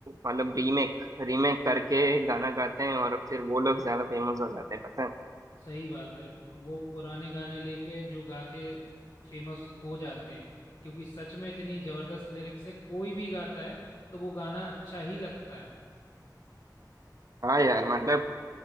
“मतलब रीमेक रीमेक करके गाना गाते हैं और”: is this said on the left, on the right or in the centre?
Right